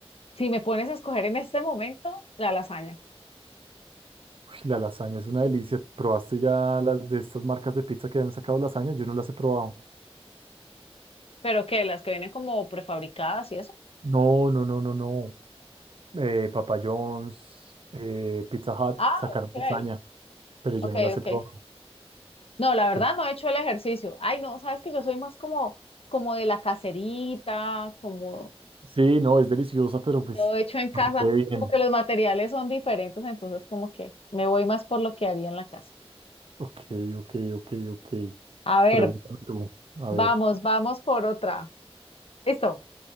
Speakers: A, on the left; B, on the right.
A: si me pones a escoger en este momento, la lasaña,
B: La lasaña es una delicia. ¿Probaste ya las de estas marcas de pizza que han sacado lasaña? Yo no las he probado.
A: pero que las que vienen como prefabricadas y eso.
B: No, no, no, no, no. Eh, Papa John's, eh, Pizza Hut
A: Ah,
B: sacaron
A: ok,
B: lasaña, pero yo
A: ok,
B: no las he
A: ok.
B: probado.
A: No, la verdad
B: Yo- no,
A: no he hecho el ejercicio. Ay, no, sabes que yo soy más como, como de la caserita, como
B: Sí, no, es deliciosa, pero pues
A: todo hecho en casa,
B: para que quede bien.
A: como que los materiales son diferentes, entonces como que me voy más por lo que haría en la casa.
B: Ok, ok, ok, ok.
A: A ver,
B: Pregúntame tú. A
A: vamos,
B: ver,
A: vamos por otra. Listo.